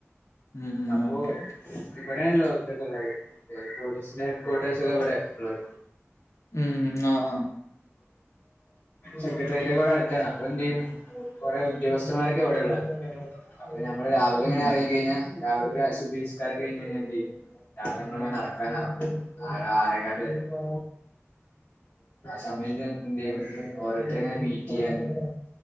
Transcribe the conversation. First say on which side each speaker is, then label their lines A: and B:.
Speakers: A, on the left; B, on the left.
A: ഉം ഉം
B: അപ്പൊ
A: ഓക്കെ ഓക്കെ
B: ഇവിടെയാണല്ലോ ഇതൊക്കെ ഉള്ളത് പോലീസിന്റെ ഹെഡ്കോർട്ടേഴ്സ് ഒക്കെ ഇവിടെള്ളത്
A: ഉം ഉം ആഹ് ആഹ്
B: സെക്രട്ടേറിയേറ്റൊക്കെ ഇവ്ടെ അടുത്താ അപ്പൊ എന്തെയ്യും? കൊറേ ഉദ്യോഗസ്ഥന്മാരൊക്കെ എവിടെ ഉള്ളത് അപ്പൊ ഞമ്മള് രാവിലെ ഇങ്ങനെ
A: ഉം
B: എറങ്ങിക്കഴിഞ്ഞാൽ രാവിൽക്കതെ സുബ്ഹിനിസ്കാരം കഴിഞ്ഞ്കയിഞ്ഞാൽ എന്ത് ചെയ്യും? രാവിലെ നങ്ങള്ങ്ങെനെ നടക്കാനിറങ്ങും ആറ് ആറേകാല് വരെ അപ്പൊ സമയത്ത് എന്ത് ചെയ്യും ഓരോരുത്തരെങ്ങനെ മീറ്റ് ചെയ്യാനും